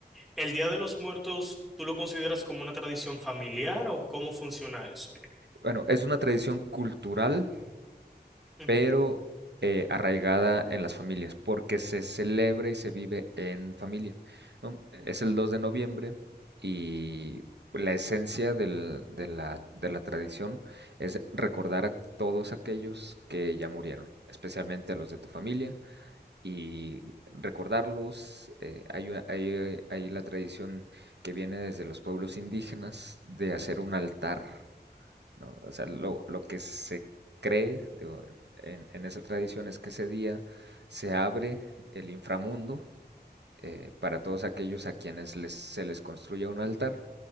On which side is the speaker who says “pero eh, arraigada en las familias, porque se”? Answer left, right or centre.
Right